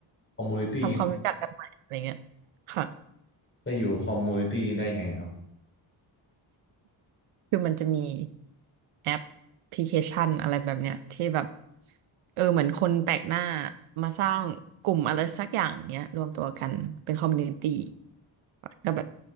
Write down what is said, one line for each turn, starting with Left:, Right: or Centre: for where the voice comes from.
Left: คอมมูนิตี้
Right: ทำความรู้จักกันใหม่อะไรเงี้ยค่ะ
Left: ไปอยู่คอมมูนิตี้นี้ได้ไงครับ
Right: คือมันจะมีแอปพลิเคชันอะไรแบบเนี้ยที่แบบเออเหมือนคนแปลกหน้ามาสร้างกลุ่มอะไรสักอย่างเงี้ยรวมตัวกันเป็นคอมมูนิตี้ก็แบบ